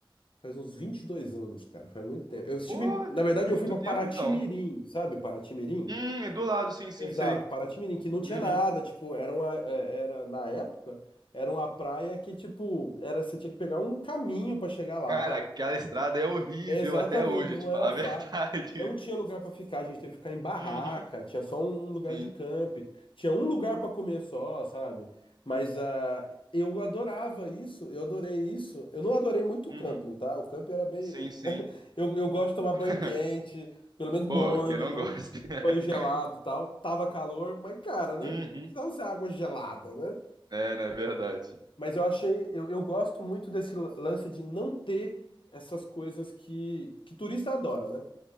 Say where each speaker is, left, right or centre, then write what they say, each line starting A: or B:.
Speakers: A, on the left; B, on the right.
A: faz uns 22 anos, cara, faz muito tempo. Eu estive,
B: pô,
A: em- na verdade, eu
B: muito
A: fui para
B: tempo
A: Paraty-Mirim,
B: então.
A: sabe? Paraty-Mirim?
B: Hum, é do lado, sim, sim,
A: Exato,
B: sei.
A: Paraty-Mirim, que não tinha
B: Uhum.
A: nada, tipo, era uma, é, era, na época, era uma praia que, tipo, era, você tinha que pegar um caminho para chegar lá.
B: Cara, aquela estrada é horrível
A: Exatamente,
B: até hoje,
A: não
B: te
A: era
B: falar a
A: fácil.
B: verdade.
A: Não
B: <laughs>
A: tinha lugar para ficar, a gente teve que ficar em barraca,
B: Uhum,
A: tinha só um lugar
B: sim.
A: de camp, tinha um lugar para comer só, sabe? Mas ah, eu adorava isso, eu adorei isso. Eu não adorei muito o
B: Uhum,
A: camping, tá? O camping era bem.
B: sim, sim.
A: Eu, eu gosto de tomar
B: <laughs>
A: banho quente, pelo menos morno,
B: Pô, quem não
A: não
B: gosta? <laughs>
A: banho gelado e tal. Tava calor, mas cara, né?
B: Uhum.
A: Não precisava ser água gelada, né?
B: É, não é verdade.
A: Mas eu achei, eu, eu gosto muito desse lan- lance de não ter essas coisas que, que turista adora, né?